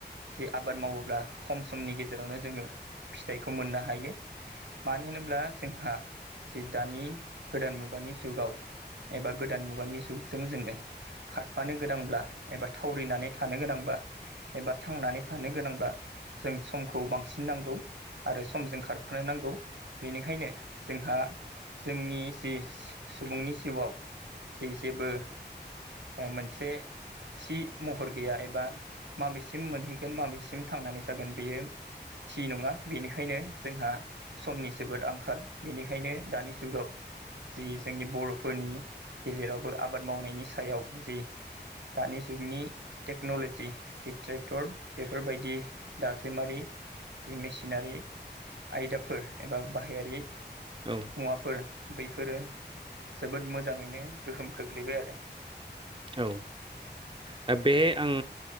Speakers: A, on the right (about 85°); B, on the right (about 30°).
A: जे आबाद मावोब्ला खम समनि गेजेरावनो जोङो फिथाइखौ मोननो हायो। मानो होनोब्ला जोंहा जि दानि गोदान मुगानि जुगाव एबा गोदान मुगानि जुगजों जोङो खारफानो गोनांब्ला एबा थावरिनानै थानो गोनांब्ला एबा थांनानै थानो गोनांब्ला जों समखौ बांसिन नांगौ आरो सम जों खारफानो नांगौ। बेनिखायनो जोंहा जोंनि जि सुबुंनि जिउआव जे जेबो ओ मोनसे थि महर गैया एबा माबेसिम मोनहैगोन माबेसिम थांनानै थागोन बेयो थि नङा बेनिखायनो जोंहा समनि जोबद आंखाल। बेनिखायनो दानि जुगाव जि जोंनि बर'फोरनि गेजेरावबो आबाद मावनायनि सायाव जि दानि जुगनि टेक्न'ल'जि जि ट्रेक्टर बेफोरबायदि दाजिमारि जि मेसिनारि आयदाफोर एबा बाहायारि
B: औ।
A: मुवाफोर बेफोरो जोबोद मोजाङैनो गोहोम खोख्लैबाय आरो।
B: औ। दा बेहाय आं